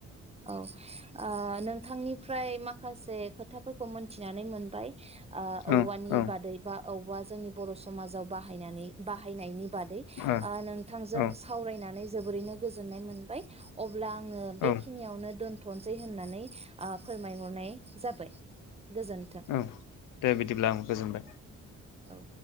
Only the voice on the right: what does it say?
औ ओ नोंथांनिफ्राय माख खासे खोथाफोरखौ मोनथिनानै मोनबाय। ओ
औवानि
बादै बा औवा जोंनि बर समाजाव बाहायनानै बाहायनायनि बादै
ओ नोंथांजों
सावरायनानै जोबोरैनो गोजोननाय मोनबाय अब ब्ला आङो
बेख नो दोन्थसै होननानै ओ फोरमायहरनाय जाबाय। गोजोन्थों
औ